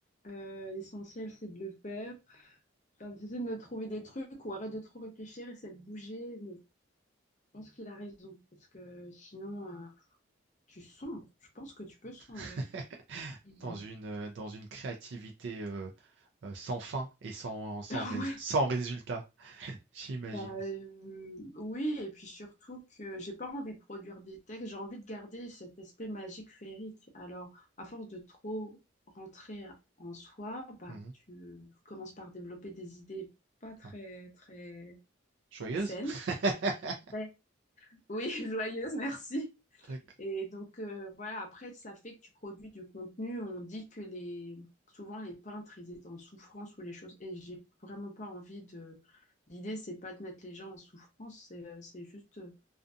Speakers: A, on the left; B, on the right.
A: Euh, l'essentiel, c'est de le faire. Enfin, j'essaie de me trouver des trucs ou arrête de trop réfléchir, essaie de bouger. Mais je pense qu'il a raison, parce que sinon, euh, tu sombres. Je pense que tu peux sombrer.
B: <laughs>
A: <laughs>
B: dans une, heu, dans une créativité, heu heu, sans fin et sans sans
A: Ouais.
B: rés sans résultat, j'imagine.
A: Bah, euh, oui, et puis surtout que j'ai pas envie de produire des textes, j'ai envie de garder cet aspect magique féerique. Alors, à force de trop rentrer en soi, bah,
B: Mmh
A: tu commences par développer des idées pas très,
B: Ah,
A: très
B: joyeuse?
A: saines.
B: <laughs>
A: Ouais. Oui, <laughs> joyeuses, merci.
B: D'acc
A: Et donc, euh, voilà, après, ça fait que tu produis du contenu. On dit que les, souvent, les peintres, ils étaient en souffrance ou les choses. Et j'ai vraiment pas envie de. L'idée, c'est pas de mettre les gens en souffrance, c'est euh, c'est juste euh,